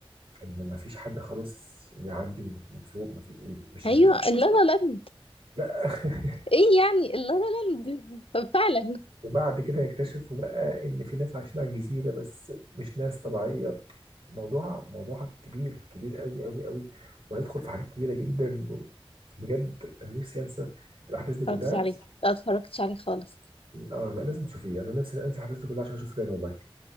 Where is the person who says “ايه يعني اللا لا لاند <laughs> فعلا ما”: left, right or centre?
Left